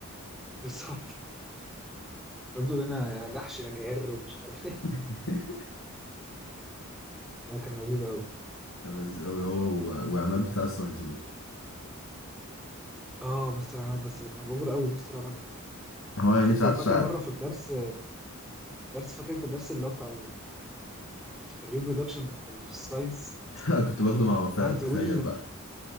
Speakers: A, in the centre; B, on the left.
A: <laughs> بالظبط بيقولوا لنا يا جحش يا جعر ومش عارف ايه
B: <laughs>
A: <laughs> ده كان لذيذ قوي
B: كان لذيذ قوي هو و- وعماد بتاع الساينس برضه
A: اه مستر عماد بس كان اوفر قوي مستر عماد ده
B: هو يعني
A: على فكره
B: ساعات
A: فاكر
B: ساعات
A: مره في الدرس درس فاكر انت الدرس اللي هو بتاع الريبرودكشن بتاع اللي في الساينس
B: <laughs> كنت باخده مع وفاء
A: قعد
B: تخيل
A: يقول
B: بقى